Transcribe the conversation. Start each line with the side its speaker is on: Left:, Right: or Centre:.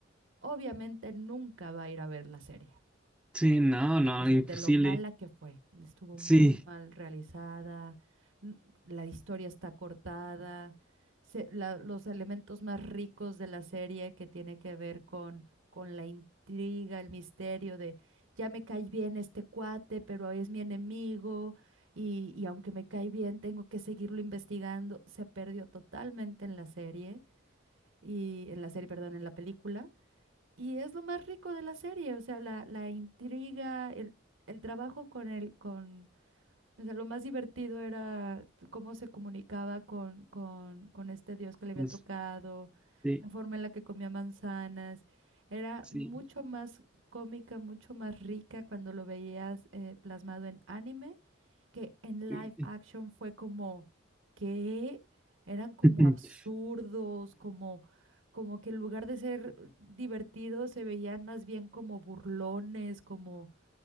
Right: obviamente nunca va a ir a ver la serie.
Centre: Sí, no, no,
Right: O sea,
Centre: imposible.
Right: de lo mala que fue. Estuvo
Centre: Sí,
Right: muy mal realizada, n- la historia está cortada, se- la- los elementos más ricos de la serie que tiene que ver con, con la intriga, el misterio de ya me cae bien este cuate, pero es mi enemigo y, y aunque me cae bien tengo que seguirlo investigando. Se perdió totalmente en la serie y en la serie, perdón, en la película. Y es lo más rico de la serie, o sea, la, la intriga, el, el trabajo con el, con, o sea, lo más divertido era cómo se comunicaba con, con, con este dios que le había
Centre: pues,
Right: tocado,
Centre: sí,
Right: la forma en la que comía manzanas, era
Centre: sí,
Right: mucho más cómica, mucho más rica cuando lo veías eh, plasmado en anime que en
Centre: sí,
Right: live action fue como que eran como
Centre: <laughs>
Right: absurdos, como, como que en lugar de ser divertidos se veían más bien como burlones, como,